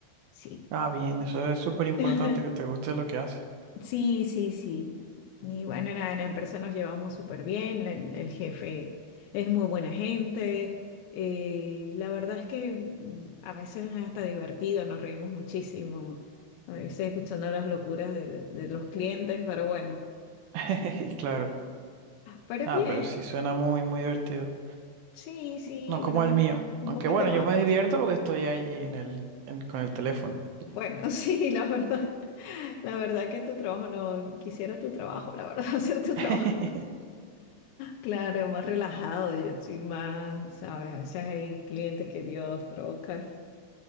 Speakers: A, on the left (about 80°); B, on the right (about 75°).
A: Sí.
B: Ah, bien, eso es súper importante
A: <laughs>
B: que te guste lo que haces.
A: Sí, sí, sí. Y bueno, nada, en la empresa nos llevamos súper bien, la- el jefe es muy buena gente. eh, la verdad es que mm, a veces es hasta divertido, nos reímos muchísimo, a veces escuchando las locuras de, de- de los clientes, pero bueno.
B: <laughs> Claro.
A: Pero
B: Ah,
A: bien,
B: pero sí suena muy, muy divertido.
A: sí, sí,
B: No
A: bueno,
B: como el mío.
A: un
B: Aunque
A: poquito
B: bueno,
A: más.
B: yo me divierto
A: <laughs>
B: porque estoy allí en el, en- con el teléfono.
A: Bueno, sí, la verdad, la verdad que tu trabajo no, quisiera tu trabajo, la verdad, <laughs> hacer tu trabajo.
B: <laughs>
A: Claro, más relajado, yo estoy más, ¿sabes? A veces hay clientes que Dios provoca